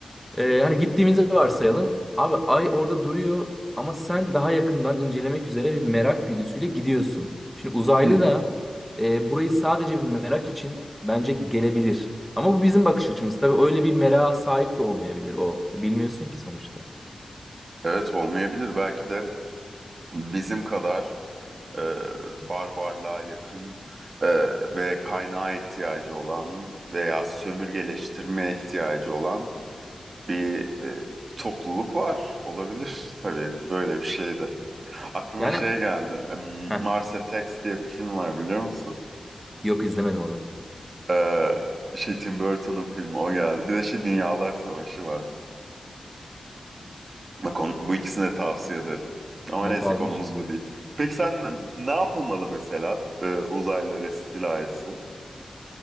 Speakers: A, in the centre; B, on the right.
A: Ee, hani gittiğimizi varsayalım. Abi ay orada duruyor ama sen daha yakından incelemek üzere bir merak güdüsüyle gidiyorsun. Şimdi uzaylı
B: Hı hı.
A: da e, burayı sadece bir merak için bence gelebilir. Ama bu bizim bakış açımız. Tabii öyle bir merak sahip de olmayabilir o. Bilmiyorsun ki sonuçta.
B: Evet olmayabilir belki de bizim kadar e, barbarlığa yakın e, ve kaynağa ihtiyacı olan veya sömürgeleştirmeye ihtiyacı olan bir e, topluluk var. Olabilir tabii böyle bir şey de. Aklıma
A: Yani
B: şey geldi. Em,
A: heh,
B: Mars Attacks diye bir film var biliyor musun?
A: yok izlemedim onu.
B: Ee, şey Tim Burton'un filmi o geldi. Bir de şey Dünyalar Savaşı var. Bak on- bu ikisini de tavsiye ederim. Ama
A: Not
B: neyse
A: aldım
B: konumuz
A: şimdi.
B: bu değil. Peki sen ne yapılmalı mesela e, uzaylılar istilası?